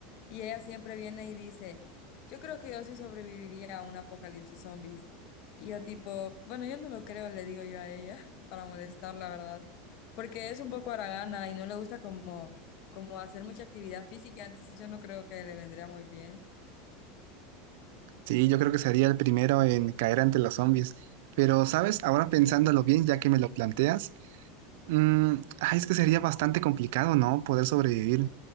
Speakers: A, on the left (about 55°); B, on the right (about 70°).
A: Y ella siempre viene y dice, yo creo que yo sí sobreviviría a un apocalipsis zombies. Y yo tipo, bueno, yo no lo creo, le digo yo a ella, <laughs> para molestar, la verdad, porque es un poco haragana y no le gusta como, como hacer mucha actividad física, entonces yo no creo que le vendría muy bien.
B: Sí, yo creo que sería el primero en caer ante los zombies. Pero, ¿sabes? Ahora pensándolo bien, ya que me lo planteas, mm, ay, es que sería bastante complicado, ¿no? Poder sobrevivir.